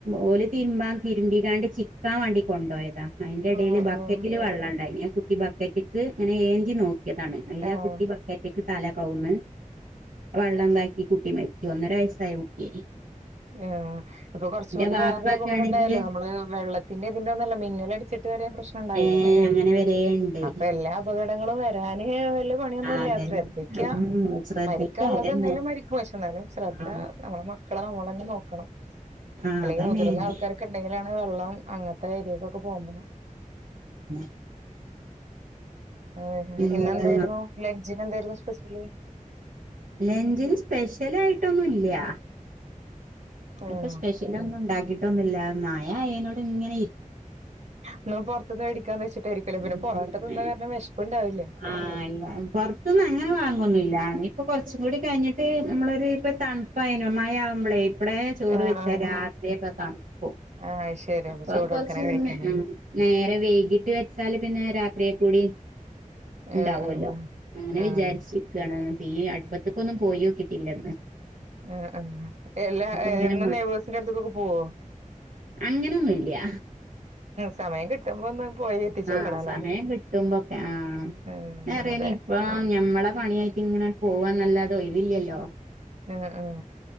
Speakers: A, on the right; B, on the right.
A: ഓല് തിര്മ്പാൻ തിര്മ്പിക്കാണ്ട് ചിക്കാൻ വാണ്ടി കൊണ്ടോയതാ അയ്ന്റെടേല്
B: ഉം
A: ബക്കറ്റില്
B: ഉം
A: വള്ളം ഇണ്ടായിനി ആ കുട്ടി ബക്കറ്റ്ക്ക് ഇങ്ങനെ ഏന്തി നോക്ക്യതാണ്. അയിലാ
B: ആഹ്
A: കുട്ടി ബ ക്കറ്റ്ക്ക് തല കൗന്ന് വള്ളംതാക്കി കുട്ടി മര്ച്ചു ഒന്നര വയസ്സായ കു ട്ട്യാനി.
B: ആഹ് ഇപ്പോ കൊർച്ച് മുന്നേ
A: വാപ്പൊക്കെ
B: വേറൊരു അപകടം
A: ആണെങ്കില്
B: ഇണ്ടായല്ലേ നമ്മള് വെള്ളത്തിന്റെം ഇതിൻ്റെം ഒന്നും അല്ല മിന്നൽ അട്ച്ചി ട്ട് വരെ പ്രശ്നം ഇണ്ടായിലേ
A: ഏ അങ്ങനെ വരേ ഉണ്ട്
B: അപ്പോ എല്ലാ അപകടങ്ങളും വെ രാന് വല്ല പണിയൊന്നുംല്ല.
A: ആ അതന്നെ
B: ശ്രദ്ധിക്ക
A: ഉം ശ്രദ്ധിക്ക
B: മരിക്കാൻ ഇള്ളത്
A: അതന്നെ
B: എന്താലും മരി ക്കും പക്ഷെ ഇന്നാലും സ്രദ്ധ
A: ആ
B: നമ്മളെ മ ക്കളെ നമ്മളെന്നെ നോക്കണം.
A: ആ
B: അല്ലെങ്കി
A: അതന്നെന്നെ
B: മുതിർന്ന ആൾക്കാരൊക്കെ ഇണ്ടെങ്കിലാണ് വെള്ളം അങ്ങ ത്തെ ഏരിയേക്കൊക്കെ പോവുമ്പം
A: അതെന്നെ.
B: ആ
A: പിന്നെന്താ
B: ഇന്നെന്തായിരുന്നു ലഞ്ചിന് എന്തായിരുന്നു സ്പെഷ്യല്?
A: ലഞ്ചിന് സ്പെഷ്യലായിട്ടൊന്നും ഇല്ല്യ. ഇന്നിപ്പ
B: ആഹ്
A: സ്പെഷ്യലൊന്നുംണ്ടാക്കിട്ടൊന്നുല്ല. മയആയേനോട് ഇങ്ങനെ ഇരി
B: ഇന്ന് പൊർത്ത്ന്ന് വേടിക്കാന്ന് വെച്ചിട്ടായിരിക്കുലെ.
A: ഉം
B: പിന്നെ പൊറാട്ട തിന്ന
A: ഏ
B: കാരണം വെഷ്പ്പ് ഇണ്ടാവില്ല.
A: ആഹ് ഇല്ല പൊർത്ത്ന്ന് അങ്ങനെ വാങ്ങൊന്നുംല്ല. ഇനി ഇപ്പോ കൊർച്ചും കൂടി കയ്ഞ്ഞിട്ട് ന്നമ്മളൊര് ഇപ്പ തൺ പ്പയ്നോ മഴയാവുമ്പ്ലേ ഇബ്ലേ ചോറ്
B: ആഹ്
A: വെച്ചാ
B: ആഹ്
A: രാത്രിയൊക്കെ തൺ ക്കും.
B: ആഹ് അത് ശരി അപ്പൊ
A: അപ്പോ
B: ചൂടോട്ക്കനെ
A: കൊർച്ച്ന്നെ
B: കഴിക്കാനായിരിക്കും
A: ഉം. നേരം വെയ്കീട്ട് വെച്ചാല് പിന്നെ രാത്രിയെക്കൂടിം ഇണ്ടാവൊല്ലോ
B: ആഹ് ആഹ്
A: അങ്ങനെ
B: ആഹ്
A: വിചാരിച്ചിരിക്കാണ്. തീ അട്പ്പത്ത്ക്കൊന്നും പോയോക്കീട്ടില്ല ഇന്ന്.
B: ആഹ് ആഹ് എല്ലാ എ
A: ഇങ്ങനെ
B: എന്നും നെയ്ബേഴ്സിന്റെ അട്ത്ത്ക്കൊക്കെ പോവോ?
A: അങ്ങനൊന്നുംല്ല്യ.
B: സമയം കിട്ടുമ്പോ ഒന്ന് പോയി എത്തിച്ചോക്കണല്ലേ
A: ആ സമയം കിട്ടുമ്പോക്കെ ആ
B: ഉം
A: ഞാ അറ്യാനി
B: അതെ
A: ഇപ്പ ഞമ്മളെ പണ്യായ്ട്ട് ഇങ്ങനെ പോവാന്നല്ലാതെ ഒഴവില്ലല്ലോ?
B: ആഹ ആഹ്.